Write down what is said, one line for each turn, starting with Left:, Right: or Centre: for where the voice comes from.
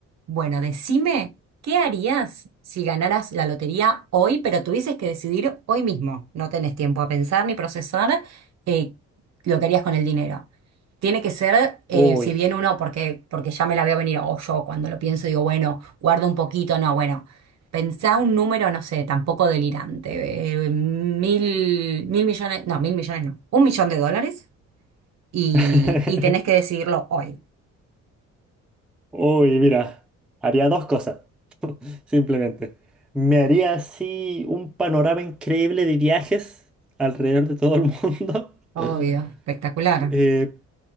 Right: Bueno, decime, ¿qué harías si ganaras la lotería hoy, pero tuvieses que decidir hoy mismo? No tenés tiempo a pensar ni procesar eh, lo que harías con el dinero. Tiene que ser, eh,
Centre: Uy.
Right: si bien uno, porque, porque ya me la veo venir, o yo cuando lo pienso digo, bueno, guardo un poquito, no, bueno, pensá un número, no sé, tampoco delirante, eh, mil, mil millones, no, mil millones no, un millón de dólares y,
Centre: <laughs>
Right: y tenés que decidirlo hoy.
Centre: Uy, mira, haría dos cosas, simplemente. Me haría así un panorama increíble de viajes alrededor de todo el mundo.
Right: Obvio,
Centre: <laughs>
Right: espectacular.
Centre: Eh,